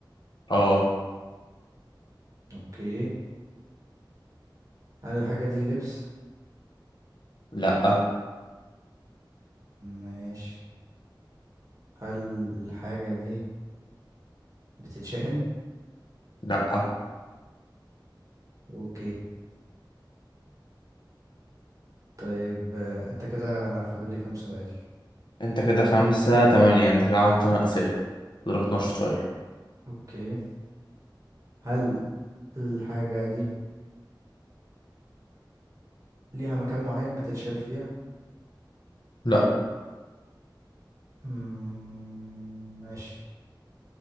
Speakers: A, on the left; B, on the right.
A: اه
B: اوكي هل الحاجة دي اللبس
A: لا
B: ماشي هل الحاجة دي بتتشحن
A: لا
B: اوكي طيب آه، انت كده انا فاضل لي كام سؤال
A: انت كده خمسة تمانية انت كده عملت تمن أسئلة فاضلك 12 سؤال
B: اوكي هل الحاجة دي ليها مكان معين بتتشال فيها
A: لا
B: مم، ماشي